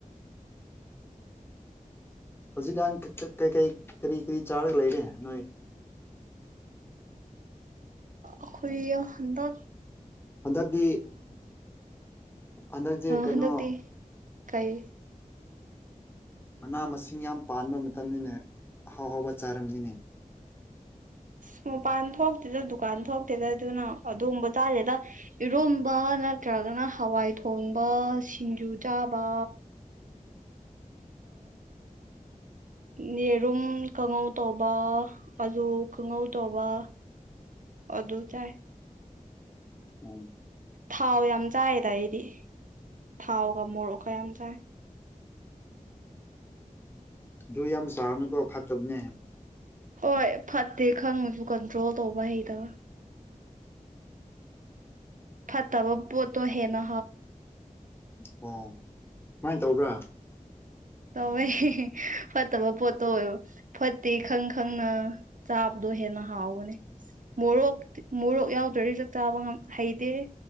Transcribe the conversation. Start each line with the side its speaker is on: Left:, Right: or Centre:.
Left: ꯍꯧꯖꯤꯛꯀꯥꯟ ꯀꯀꯩ ꯀꯔꯤ ꯀꯔꯤ ꯆꯥꯔꯒ ꯂꯩꯔꯦ ꯅꯣꯏ
Right: ꯑꯈꯣꯏ ꯍꯟꯗ
Left: ꯍꯟꯗꯛꯇꯤ ꯍꯟꯗꯛꯁꯦ ꯀꯩꯅꯣ
Right: ꯍꯟꯗꯛꯇꯤ ꯀꯩ
Left: ꯃꯅꯥ ꯃꯁꯤꯡ ꯌꯥꯝ ꯄꯥꯟꯕ ꯃꯇꯝꯅꯤꯅꯦ ꯑꯥꯎ ꯍꯥꯎꯕ ꯆꯥꯔꯝꯅꯤꯅꯦ
Right: ꯑ ꯃꯄꯥꯟ ꯊꯣꯛꯇꯦꯗ ꯗꯨꯀꯥꯟ ꯊꯣꯛꯇꯦꯗ ꯑꯗꯨꯅ ꯑꯕ ꯆꯥꯂꯦꯗ ꯏꯔꯣꯝꯕ ꯅꯠꯇ꯭ꯔꯒꯅ ꯍꯋꯥꯏ ꯊꯣꯡꯕ ꯁꯤꯡꯖꯨ ꯆꯥꯕ ꯌꯦꯔꯨꯝ ꯀꯥꯡꯉꯧ ꯇꯧꯕ ꯑꯂꯨ ꯀꯥꯡꯉꯧ ꯇꯧꯕ ꯑꯣ ꯑꯗꯨ ꯆꯥꯏ
Left: ꯎ
Right: ꯊꯥꯎ ꯌꯥꯝ ꯆꯥꯏꯗ ꯑꯩꯗꯤ ꯊꯥꯎꯒ ꯃꯣꯔꯣꯛꯀ ꯌꯥꯝ ꯆꯥꯏ
Left: ꯨꯏ ꯌꯥꯝ ꯑꯃ ꯁꯍꯅ ꯀꯧꯕ ꯐꯇꯕꯅꯦ
Right: ꯍꯣꯏ ꯐꯠꯇꯦ ꯈꯪꯉꯁꯨ ꯀꯟꯇ꯭ꯔꯣꯜ ꯇꯧꯕ ꯍꯩꯗꯕ ꯐꯠꯇꯕ ꯄꯣꯠꯇꯣ ꯍꯦꯅ
Left: ꯍ ꯀꯃꯥꯏꯅ ꯇꯧꯕ꯭ꯔꯥ
Right: ꯇꯧꯋꯦ ꯐꯠꯇꯕ ꯄꯣꯠꯇꯣ ꯑꯣꯏꯕ ꯐꯠꯇꯦ ꯈꯪ ꯈꯪꯅ ꯆꯥꯕꯗꯣ ꯍꯦꯟꯅ ꯍꯥꯎꯕꯅꯦ ꯃꯣꯔꯣꯛ ꯃꯣꯔꯣꯛ ꯌꯥꯎꯗ꯭ꯔꯔꯤꯁꯨ ꯆꯥꯕ ꯍꯩꯇꯦ